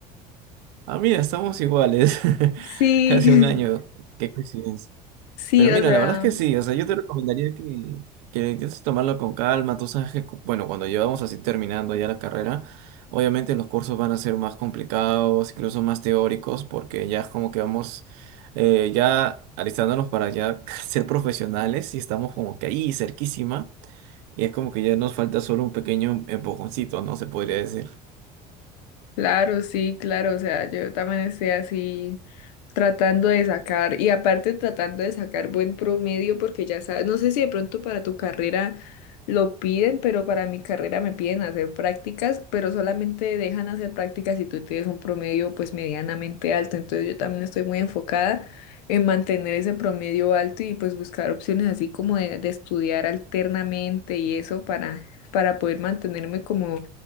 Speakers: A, on the right; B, on the left.
A: Ah, mira, estamos iguales. <laughs>
B: Sí,
A: Casi un año. Qué coincidencia.
B: <laughs> sí,
A: Pero
B: o
A: mira,
B: sea,
A: la verdad es que sí, o sea, yo te recomendaría que, que intentes tomarlo con calma, tú sabes que, cu- bueno, cuando llevamos así terminando ya la carrera, obviamente los cursos van a ser más complicados, incluso más teóricos, porque ya es como que vamos eh, ya alistándonos para ya <laughs> ser profesionales y estamos como que ahí cerquísima, y es como que ya nos falta solo un pequeño empujoncito, ¿no? Se podría decir.
B: Claro, sí, claro, o sea, yo también estoy así tratando de sacar y aparte tratando de sacar buen promedio porque ya sabes, no sé si de pronto para tu carrera lo piden, pero para mi carrera me piden hacer prácticas, pero solamente dejan hacer prácticas si tú tienes un promedio pues medianamente alto, entonces yo también estoy muy enfocada en mantener ese promedio alto y pues buscar opciones así como de, de estudiar alternamente y eso para, para poder mantenerme como